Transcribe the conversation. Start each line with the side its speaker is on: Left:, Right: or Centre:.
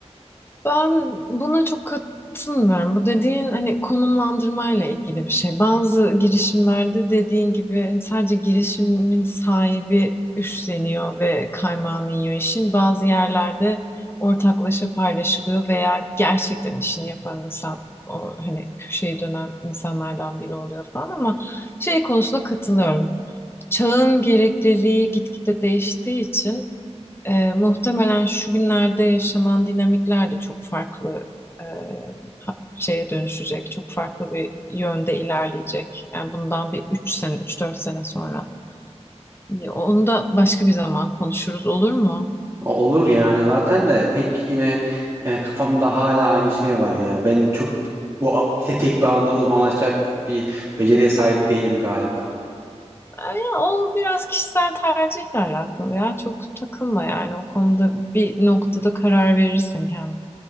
Left: Ben buna çok katılmıyorum. Bu dediğin hani konumlandırmayla ilgili bir şey. Bazı girişimlerde dediğin gibi hani sadece girişimin sahibi üstleniyor ve kaymağını yiyor işin. Bazı yerlerde ortaklaşa paylaşılıyor veya gerçekten işini yapan insan o hani köşeyi dönen insanlardan biri oluyor falan ama şey konusunda katılıyorum. Çağın gerekliliği gitgide değiştiği için ee, muhtemelen şu günlerde yaşanan dinamikler de çok farklı e, ha- şeye dönüşecek. Çok farklı bir yönde ilerleyecek. Yani bundan bir 3 sene, üç dört sene sonra. Ya Onu da başka bir zaman konuşuruz olur mu?
Right: Olur ya zaten de pek yine e, kafamda hala aynı şey var ya. Ben çok bu a- te- tek bir alanda uzmanlaşacak bir beceriye sahip değilim galiba.
Left: Ee, Ya o biraz kişisel tercihle alakalı ya. Çok takılma yani o konuda bir noktada karar verirsin kendin.